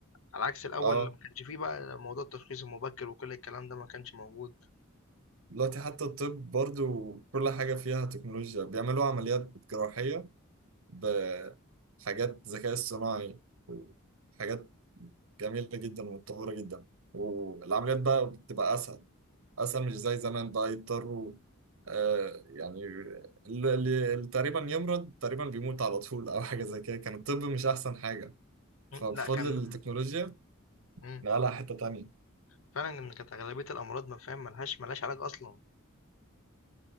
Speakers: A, on the left; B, on the right.
A: على عكس الأول
B: اه
A: اللي ما كانش فيه بقى موضوع التشخيص المبكر وكل الكلام ده ما كانش موجود
B: دلوقتي حتى الطب برضو كل حاجة فيها تكنولوجيا بيعملوا عمليات جراحية بحاجات ذكاء اصطناعي وحاجات جميلة جدا ومتطورة جدا والعمليات بقى بتبقى أسهل أسهل مش زي زمان بقى يضطروا آه يعني اللي اللي تقريبا يمرض تقريبا بيموت على طول أو حاجة زي كده كان الطب مش أحسن حاجة
A: مم،
B: فبفضل
A: لأ كان
B: التكنولوجيا
A: إمم،
B: نقلها حتة تانية
A: فعلًا إن كانت أغلبية الأمراض ما فاهم ما لهاش ما لهاش علاج أصلًا،